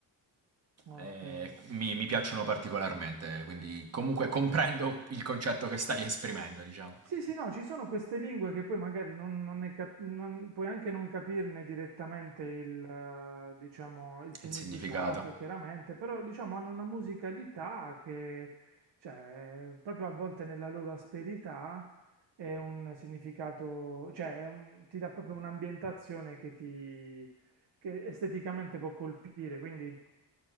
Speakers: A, on the right; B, on the right.
A: Okay,
B: Eh, mi, mi
A: okay.
B: piacciono particolarmente, quindi comunque comprendo il concetto che stai esprimendo, diciamo,
A: Sì, sì, no, ci sono queste lingue che poi magari non, non ne cap- non- puoi anche non capirne direttamente il, eh, diciamo, il significato,
B: e il significato.
A: chiaramente, però diciamo hanno una musicalità che, cioè, proprio a volte nella loro asperità è un significato, cioè è un- ti dà proprio un'ambientazione che ti che esteticamente può colpire, quindi